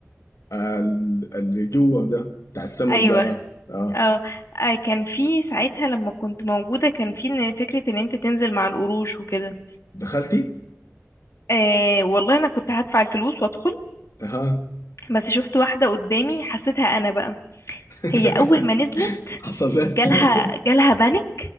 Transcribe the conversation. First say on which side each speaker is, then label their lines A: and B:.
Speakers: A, on the left; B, on the left.
A: آه، ال- اللي جوا ده بتاع السمك
B: ايوه
A: ده اه اه
B: اه آه، كان في ساعتها لما كنت موجوده كان في إن فكره ان انت تنزل مع القروش وكده
A: دخلتي
B: آه والله انا كنت هدفع الفلوس وادخل
A: اها
B: بس شفت واحده قدامي حسيتها انا بقى
A: <laughs>
B: هي اول ما نزلت
A: حصل لها شنو
B: جالها جالها بانيك